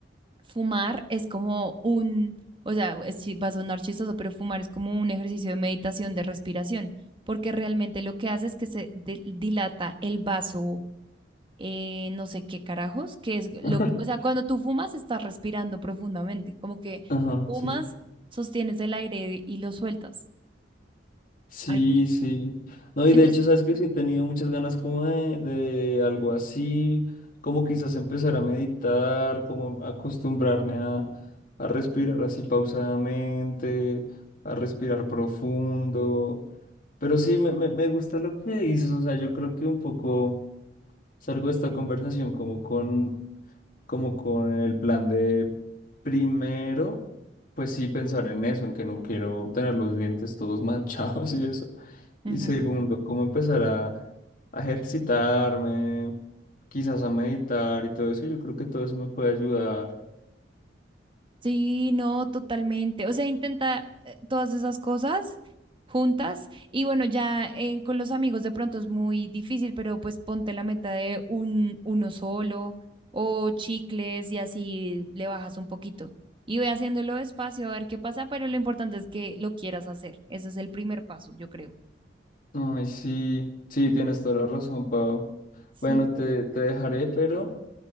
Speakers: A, on the right; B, on the left.
A: fumar es como un, o sea, es chi- va a sonar chistoso, pero fumar es como un ejercicio de meditación, de respiración, porque realmente lo que hace es que se di- dilata el vaso eh, no sé qué carajos, que es lo,
B: <laughs>
A: o sea, cuando tú fumas estás respirando profundamente, como que
B: Ajá,
A: fumas,
B: sí.
A: sostienes el aire y lo sueltas.
B: Sí,
A: Algo.
B: sí. No,
A: Entonces,
B: y de hecho, sabes que sí he tenido muchas ganas como de, de algo así, como quizás empezar a meditar, como acostumbrarme a, a respirar así pausadamente, a respirar profundo. Pero sí, me, me, me gusta lo que dices, o sea, yo creo que un poco salgo de esta conversación como con como con el plan de primero, pues sí pensar en eso, en que no quiero tener los dientes todos <laughs> manchados y eso.
A: ujú.
B: Y segundo, cómo empezar a, a ejercitarme, quizás a meditar y todo eso. Yo creo que todo eso me puede ayudar.
A: Sí, no, totalmente. O sea, intenta eh, todas esas cosas juntas y bueno, ya eh, con los amigos de pronto es muy difícil, pero pues ponte la meta de un uno solo o chicles y así le bajas un poquito. Y voy haciéndolo despacio a ver qué pasa, pero lo importante es que lo quieras hacer. Ese es el primer paso, yo creo.
B: Ay, sí, sí, tienes toda la razón, Pau.
A: Sí.
B: Bueno, te, te dejaré, pero,